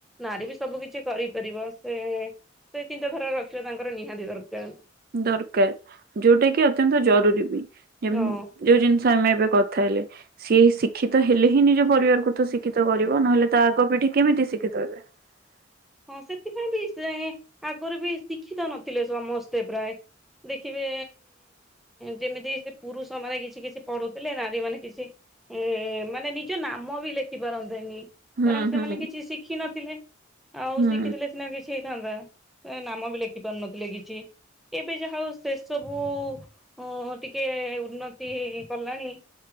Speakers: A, in the centre; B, on the right (about 45°).
A: ନାରୀ ବି ସବୁ କିଛି କରିପାରିବ ସେ ସେ ଚିନ୍ତାଧାରା ରଖିବା ତାଙ୍କର ନିହାତି ଦରକାର।
B: ଦରକାର ଯୋଉଟା କି ଅତ୍ୟନ୍ତ ଜରୁରୀ ବି ଯେ
A: ହଁ।
B: ଯୋଉ ଜିନିଷ ଆମେ ଏବେ କଥା ହେଲେ। ସିଏ ଶିକ୍ଷିତ ହେଲେ ହିଁ ନିଜ ପରିବାରକୁ ତ ଶିକ୍ଷିତ କରିବ ନହେଲେ ତା ଆଗ ପିଢି କେମିତି ଶିକ୍ଷିତ ହେବେ? <inaudible>
A: ହଁ ସେଥିପାଇଁ ବି ସେ ଆଗରୁ ବି ଶିକ୍ଷିତ ନଥିଲେ ସମସ୍ତେ ପ୍ରାୟ। ଦେଖିବେ ଯେମିତି ସେ ପୁରୁଷ ମାନେ କିଛି କିଛି ପଢୁଥିଲେ ନାରୀ ମାନେ କିଛି ଏ ମାନେ ନିଜ ନାମ ବି ଲେଖି ପାରନ୍ତେନି
B: ହୁଁ
A: କାରଣ ସେମାନେ
B: ହୁଁ
A: କିଛି ଶିଖିିନଥିଲେ ଆଉ
B: ହୁଁ
A: ଶିଖିଥିଲେ କିଛି ନା କିଛି ହେଇଥାନ୍ତା ସେ ନାମ ବି ଲେଖି ପାରୁନଥିଲେ କିଛି। ଏବେ ଯାହା ହଉ ସେ ସବୁ ଉ ଟିକେ ଉନ୍ନତି କଲାଣି।